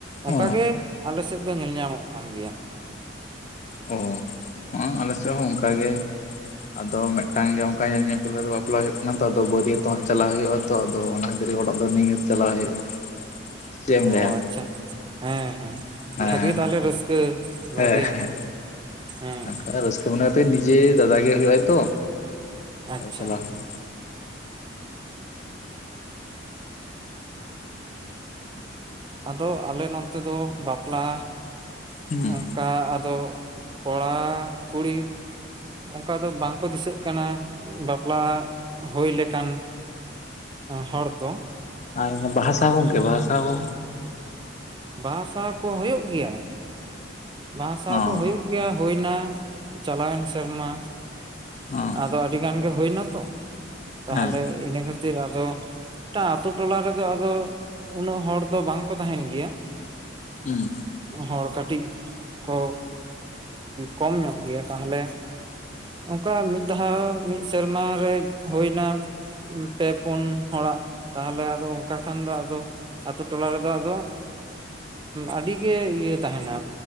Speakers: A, on the right; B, on the left.
A: ᱚᱱᱠᱟ
B: ᱚ
A: ᱜᱮ ᱟᱞᱮ ᱥᱮᱫ ᱫᱚ ᱧᱮᱞ ᱧᱟᱢᱚᱜ ᱠᱟᱱ ᱜᱮᱭᱟ᱾
B: ᱚ ᱦᱚᱸ ᱟᱞᱮ ᱥᱮᱦᱚᱸ ᱚᱱᱠᱟ ᱜᱮ᱾ ᱟᱫᱚ ᱢᱤᱫᱴᱟᱝ ᱜᱮ ᱚᱱᱠᱟ ᱧᱮᱞ ᱧᱮᱯᱮᱞ ᱠᱟᱛᱟᱜ ᱵᱟᱯᱞᱟ ᱦᱩᱭᱩᱜ ᱠᱟᱱᱟ ᱛᱚ, ᱟᱫᱚ ᱵᱟᱹᱨᱤᱭᱚᱛᱚᱜ ᱦᱚᱸᱜ ᱪᱟᱞᱟᱜ ᱦᱩᱭᱩᱜᱼᱟ᱾ ᱛᱚ ᱟᱫᱚ ᱚᱱᱟ ᱠᱷᱟᱹᱛᱤᱨ ᱚᱲᱟᱜ ᱫᱚ ᱱᱤᱜᱤᱛ ᱪᱟᱞᱟᱣ ᱦᱩᱭᱩᱜᱼᱟ᱾ ᱥᱮ ᱪᱮᱫ ᱮᱢ
A: ᱚ
B: ᱞᱟᱹᱭᱟ
A: ᱟᱪᱪᱷᱟ, ᱦᱮᱸ ᱦᱮᱸ
B: ᱦᱮᱸ
A: ᱵᱷᱟᱜᱮ ᱛᱟᱦᱞᱮ ᱨᱟᱹᱥᱠᱟᱹ
B: ᱦᱮᱸ
A: ᱵᱷᱟᱜᱮ
B: ᱦᱮᱸ
A: ᱦᱮᱸ,
B: ᱨᱟᱹᱥᱠᱟᱹ ᱢᱚᱱᱮ ᱠᱟᱛᱮ ᱱᱤᱡᱮ ᱫᱟᱫᱟ ᱜᱮ ᱦᱩᱭᱩᱜ ᱟᱭ ᱛᱚ
A: ᱟᱪᱪᱷᱟ
B: ᱪᱟᱞᱟᱣ ᱦᱩᱭᱩᱜᱼᱟ᱾
A: ᱟᱫᱚ ᱟᱞᱮ ᱱᱚᱱᱛᱮ ᱫᱚ ᱵᱟᱯᱞᱟ
B: ᱦᱩᱸ
A: ᱚᱱᱠᱟ ᱟᱫᱚ ᱠᱚᱲᱟ ᱠᱩᱲᱤ ᱚᱱᱠᱟ ᱫᱚ ᱵᱟᱝᱠᱚ ᱫᱤᱥᱟᱹᱜ ᱠᱟᱱᱟ ᱵᱟᱯᱞᱟ ᱦᱩᱭ ᱞᱮᱠᱟᱱ ᱦᱚᱲ ᱫᱚ᱾
B: ᱟᱨ ᱵᱟᱦᱟᱥᱟ ᱜᱚᱝᱠᱮ ᱵᱟᱦᱟᱥᱟ ᱠᱚ,
A: ᱵᱟᱦᱟ ᱥᱟᱦᱟ ᱠᱚ ᱦᱳᱭᱳᱜ ᱜᱮᱭᱟ᱾ ᱵᱟᱦᱟᱥᱟᱦᱟ
B: ᱦᱚᱸ
A: ᱠᱚ ᱦᱩᱭᱩᱜ ᱜᱮᱭᱟ ᱦᱳᱭᱱᱟ ᱪᱟᱞᱟᱣᱮᱱ ᱥᱮᱨᱢᱟ
B: ᱦᱚᱸ
A: ᱟᱫᱚ ᱟᱹᱰᱤ ᱜᱟᱱ ᱜᱮ ᱦᱳᱭᱱᱟᱛᱚ, ᱛᱟᱦᱚᱞᱮ
B: ᱦᱮᱸ
A: ᱤᱱᱟᱹ ᱠᱷᱟᱹᱛᱤᱨ ᱟᱫᱚ <unintelligible> ᱟᱛᱳ ᱴᱚᱞᱟ ᱨᱮᱫᱚ ᱟᱫᱚ ᱩᱱᱟᱹᱜ ᱦᱚᱲ ᱫᱚ ᱵᱟᱝ ᱠᱚ ᱛᱟᱦᱮᱱ ᱜᱮᱭᱟ᱾
B: ᱦᱩᱸ
A: ᱦᱚᱲ ᱠᱟᱹᱴᱤᱡ ᱠᱚ ᱠᱚᱢ ᱧᱚᱜ ᱜᱮᱭᱟ ᱛᱟᱦᱮᱞᱮ ᱚᱝᱠᱟ ᱢᱤᱫ ᱫᱷᱟᱣ ᱢᱤᱫ ᱥᱮᱨᱢᱟ ᱨᱮ ᱦᱳᱭᱱᱟ ᱯᱮ ᱯᱩᱱ ᱦᱚᱲᱟᱜ ᱛᱟᱦᱮᱞᱮ ᱟᱫᱚ ᱚᱱᱠᱟ ᱠᱷᱟᱱ ᱫᱚ ᱟᱫᱚ ᱟᱛᱳ ᱴᱚᱞᱟ ᱨᱮ ᱫᱚᱜ ᱟᱫᱚ ᱟᱹᱰᱤ ᱜᱮ ᱤᱭᱟᱹ ᱛᱟᱦᱮᱱᱟ,